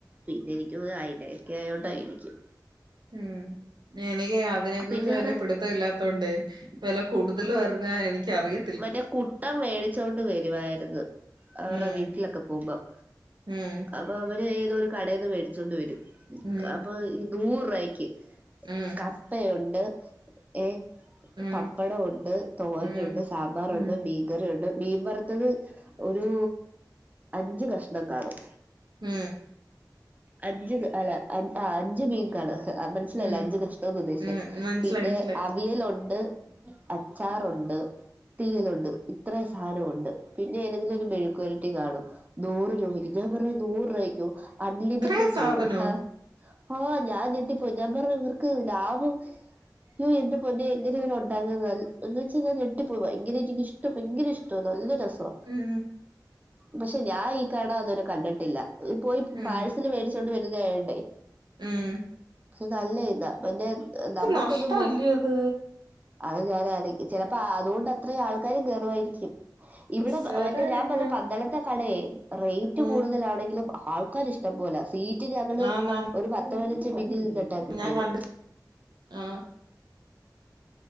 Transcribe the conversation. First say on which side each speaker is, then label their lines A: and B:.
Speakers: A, on the right; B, on the right.
A: പിന്നെ എനിക്കു തോന്നുന് അയ്ലയക്കെ ആയോണ്ടായിരിക്കും
B: ഉം എനിക്ക് അതിനെ കുറിച്ച്
A: പിന്നെ
B: വല്യപിടു...
A: അവിടെ
B: ത്തല്ലാത്തോണ്ടേ വെല കൂടുതല് പർഞ്ഞാ എനിക്കറിയ...
A: മറ്റേ കുട്ടം വേടിച്ചോണ്ട് വരുവായിരുന്നു. അവരുടെ
B: ഉം
A: വീട്ടിലൊക്കെ പോകുമ്പം
B: ഉം
A: അപ്പൊ അവര് ഏതൊ ഒരു കടേന്ന് മേടിച്ചോണ്ട് വരും.
B: ഉം
A: അപ്പൊ നൂറ്രൂവായ് ക്ക്
B: ഉം
A: അപ്പയുണ്ട് ഏ
B: ഉം
A: പപ്പടവുണ്ട് തോരനുണ്ട്
B: ഉം
A: സമ്പാറുണ്ട്
B: ഉം
A: മി മീൻകറിയുണ്ട് മീൻ വറുത്തത് ഒരു.. അഞ്ച് കഷ്ണം കാണും
B: ഉം
A: അഞ്ച് ക അല്ല ആഹ് അഞ്ച് മീൻക്കാണ് മനസ്സിലായില്ലേ
B: ഉം
A: അഞ്ച് കഷ്ണമെന്നുദ്ദേശിച്ചേ
B: ഉം മനസ്സിലായി
A: പിന്നെ
B: മനസ്സിലായി.
A: അവിയലുണ്ട്. അച്ചാറുണ്ട്, തീയലുണ്ട്, ഇത്രയും സാധനവുണ്ട്. പിന്നെ ഏതെങ്കിലും ഒരു മെഴുക്കുപുര.. ട്ടി കാണും, നൂറ് രൂപക്ക് ഞാൻ പറഞ് നൂരുപാക്കൊ അൺലി
B: ഇത്രയും
A: റ്റെഡ്
B: സാധനോ?
A: ചോറും. ആഹ് ഞാൻ ഞെട്ടിപ്പോയി ഞാൻ പർഞ്ഞു, ഇവർക്ക് ലാഭം യ്യോ എന്റെ പൊന്നേ എങ്ങനെങ്ങനെണ്ടാക്കുന്നത്. എന്ന് വെച്ചാ ഞാൻ ഞെട്ടി പോവാ ഇങ്ങനെനിക്കിഷ് ട്ട. ഭയങ്കര ഇഷ്ടവാ നല്ല രസവാ
B: ഉം
A: പക്ഷെ ഞാൻ ഈ കട അതരെ കണ്ടിട്ടില്ല പോയി
B: മ്മ്,
A: പാഴ്സ് ല് വേടിച്ചോണ്ട് വരുന്നേ ആയോണ്ടേ
B: ഉം
A: അത് നല്ല ഇതാ, പിന്നെ നമ്മുക്കൊന്നും
B: നഷ്ടമല്ലേ
A: പോ
B: അത്?
A: അത് ഞാനാലോയ്ക്കും, ചെലപ്പോ അതുകൊണ്ട് അത്രയും ആൾക്കാരും കേറുംവായിരിക്കും ഇവിടെ
B: വേറെ
A: മറ്റേ
B: ആരൊക്കെ?
A: ഞാൻ പറഞ്ഞ പന്തളത്തെ കടേയ് റൈറ്റ്
B: മ്മ്.
A: കൂടുതലാണെങ്കിലും ആൾക്കാരിഷ്ട ട്ടം പോലാ സീറ്റ് ഞങ്ങള്
B: ആന്നാന്ന്
A: ഒരു പത്ത് പൈനഞ്ച് മിൻറ്റ് നിന്ന് ട്ടാ കിട്ടിയത്
B: ഞാൻ കണ്ട്. ആ